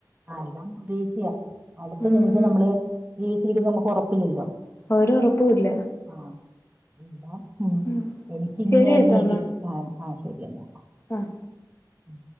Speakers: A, on the right (about 25°); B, on the left (about 35°).
A: ആ എല്ലാം പ്രതീക്ഷയാ അടുത്ത
B: ഉം
A: നിമിഷം നമ്മള് ജീവിച്ചിരിക്കും നമുക്ക് ഉറപ്പില്ലല്ലോ
B: ഒര് ഒറപ്പൂ ഇല്ല
A: ആഹ് എല്ലാം
B: ഉം
A: എനിക്ക് ഇങ്ങനെയായിരുന്നു
B: ശരി കേട്ടോ
A: ഏ
B: എന്നാ
A: കി ആഹ് ശരിയെന്നാ
B: ആഹ്
A: ഉം